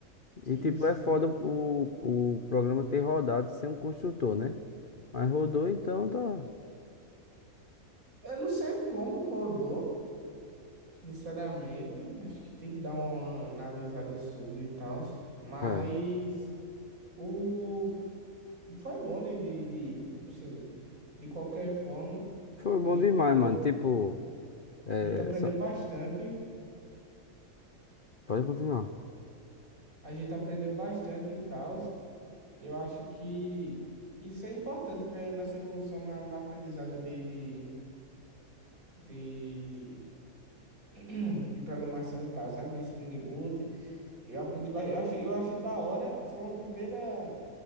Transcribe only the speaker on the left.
E, tipo,
é foda o, o programa ter rodado sem um construtor, né? Mas rodou, então tá.
É.
Foi bom
demais,
mano. Tipo, é,
só...
pode continuar.